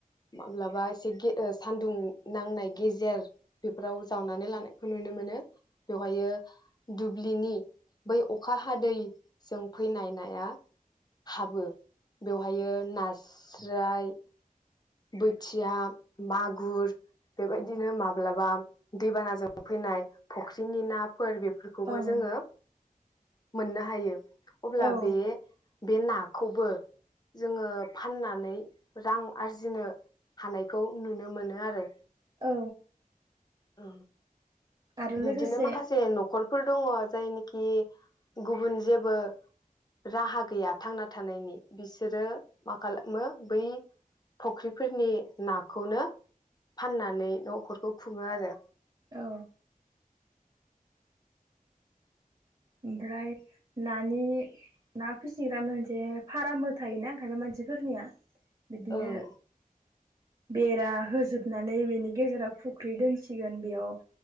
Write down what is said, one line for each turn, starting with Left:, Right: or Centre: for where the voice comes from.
Left: माब्लाबा एसे गे ओ सान्दुं नांनाय गेजेर। बेफोराव जावनानै लानाय खौ नुनो मोनो बेवहायो दुब्लिनि बै अखा हादैजों फैनाय नाया हाबो बेवहायो नास्राय बोथिया मागुर बेबायदिनो माब्लाबा दैबानाजों फैनाय फख्रिनि ना फोर बेफोरखौबो
Right: ओं
Left: जोङो मोननो हायो। अब्ला
Right: औ
Left: बे बे नाखौबो जोङो फाननानै रां आरजि जिनो हानायखौ नुनो मोनो आरो।
Right: औ।
Left: औ।
Right: आरो
Left: बिब्दिनो
Right: लोगोसे
Left: माखासे न' खरफोर दङ जायनिखि गुबुन जेबो राहा गैया थांना थानायनि बिसोरो मा खालामो बै फख्रिफोरनि नाखौनो फाननानै न'खरखौ खुङो आरो।
Right: औ। ओमफ्राय नानि ना फिसिग्रा मोनसे फारामबो थायोना खायफा मानसिफोरनिया। बिदिनो
Left: ओं
Right: बेरा होजोबनानै बेनि गेजेराव फुख्रि दोनसिगोन बेयाव